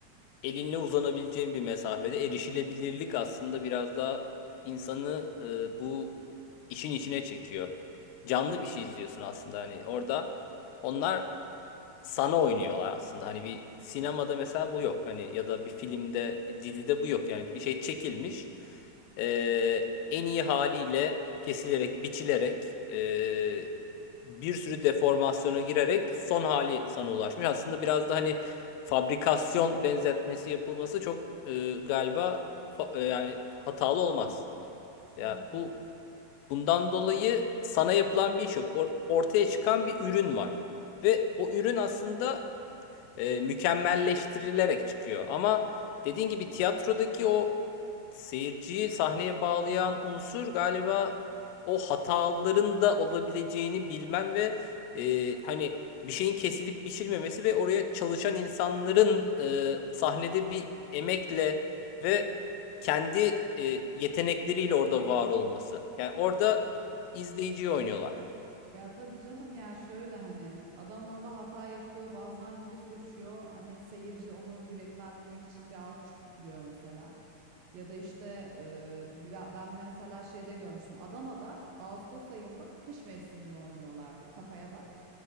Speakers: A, on the left; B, on the right.
A: elinle uzanabileceğin bir mesafede erişilebilirlik aslında biraz daha insanı e, bu işin içine çekiyor. Canlı bir şey izliyorsun aslında hani orada onlar sana oynuyorlar aslında. Hani bir sinemada mesela bu yok. Hani ya da bir filmde, dizide bu yok. Yani bir şey çekilmiş. Ee, en iyi haliyle kesilerek, biçilerek ee, bir sürü deformasyona girerek son hali sana ulaşmış. Aslında biraz da hani fabrikasyon benzetmesi yapılması çok ee, galiba fa- yani hatalı olmaz.
B: Kesinlikle,
A: Ya bu bundan dolayı sana yapılan bir iş yok. Or- ortaya çıkan bir ürün var. Ve o ürün aslında e, mükemmelleştirilerek çıkıyor. Ama dediğin gibi tiyatrodaki o seyirciyi sahneye bağlayan unsur galiba o hataların da olabileceğini bilmen ve e, hani bir şeyin kesilip biçilmemesi ve oraya çalışan insanların e, sahnede bir emekle ve kendi e, yetenekleriyle orada var olması. Yani orada
B: kesinlikle.
A: izleyiciyi oynuyorlar.
B: Ya tabii canım ya şöyle hani adam orada hata yapıyor, bazen dili sürçüyor. Hani seyirci onu yüreklendirmek için bir alkış tutturuyor mesela. Ya da işte e, ben ben mesela şeyde görmüştüm. Adana'da Ağustos ayında kış mevsimini oynuyorlardı. Kafaya bak.